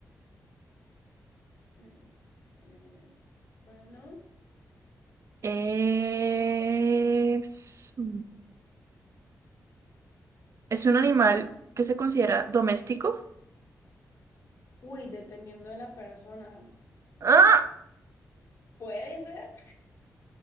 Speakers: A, on the left; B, on the right.
A: Superpoderes, Bueno.
B: Es... mm, ¿Es un animal que se considera doméstico?
A: Uy, dependiendo de la persona.
B: ¡Ah!
A: ¿Puede ser?